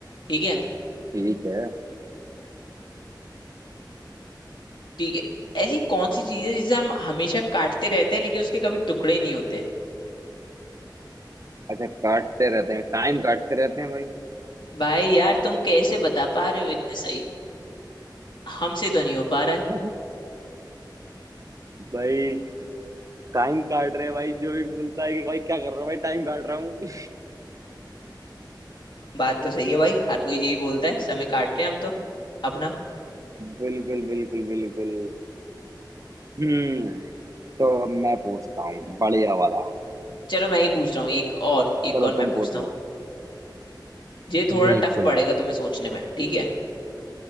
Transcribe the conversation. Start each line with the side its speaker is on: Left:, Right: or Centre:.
Left: ठीक है
Right: ठीक है
Left: ठीक है ऐसी कौन सी चीज है जिसे हम हमेशा काटते रहते हैं लेकिन उसके कभी टुकड़े नहीं होते
Right: अच्छा काटते रहते हैं टाइम काटते रहते हैं भाई
Left: भाई यार तुम कैसे बता पा रहे हो इतने सही हमसे तो नहीं हो पा रहा है
Right: <laughs> भाई टाइम काट रहे हैं भाई जो भी बोलता है कि भाई क्या कर रहा हूँ भाई टाइम काट रहा हूँ <laughs>
Left: बात तो सही है भाई हर कोई यही बोलता है समय काट रहे हैं हम तो अपना
Right: बिल्कुल बिल्कुल बिल्कुल हम्म तो अब मैं पूछता हूँ बढ़िया वाला
Left: चलो मैं ही पूछ रहा हूँ एक और एक
Right: चलो
Left: और
Right: तुम
Left: मैं पूछता
Right: पूछ लो
Left: हूँ ये थोड़ा
Right: बिल्कुल
Left: टफ पड़ेगा तुम्हें सोचने में ठीक है